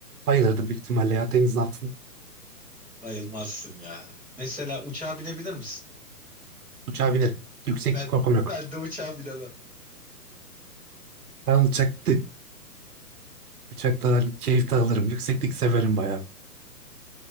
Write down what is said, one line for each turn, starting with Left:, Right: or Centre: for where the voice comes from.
Right: bayılırdım büyük ihtimalle ya denizin altında
Centre: Bayılmazsın ya. Mesela uçağa binebilir misin?
Right: uçağa binerim. Yükseklik
Centre: Ben
Right: korkum yok.
Centre: ben de uçağa binemem.
Right: Ben uçakta, <laughs> uçaktan hani keyif de alırım. Yükseklik severim bayağı.